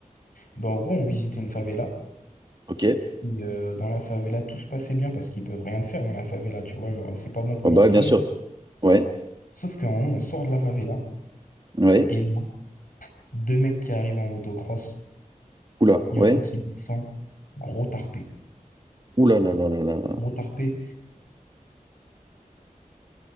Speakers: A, on the left (about 75°); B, on the right (about 30°).
A: donc, en gros, on visitait une favela.
B: Ok.
A: Et, euh, dans la favela, tout se passait bien parce qu'ils peuvent rien te faire dans la favela, tu vois. Genre, c'est pas bon pour
B: Oh
A: leur
B: bah
A: business.
B: bien sûr. Ouais.
A: Sauf qu'à un moment, on sort de la favela,
B: Ouais.
A: et là, deux mecs qui arrivent en motocross,
B: Oula.
A: il
B: Ouais.
A: y en a un qui descend, gros tarpé.
B: Oula là là là là là.
A: Gros tarpé.